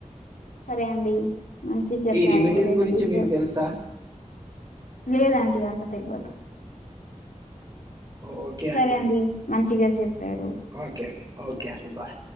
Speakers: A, on the left; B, on the right.
A: సరే అండి మంచి చెప్పారు
B: ఈ రెమెడీస్
A: ర
B: గురించి
A: స
B: మీకు తెలుసా
A: లేదండి అంత తెలియదు
B: ఓకే
A: సరే
B: అండి
A: మంచిగా చెప్పారు
B: ఓకే ఓకే అడి బాయ్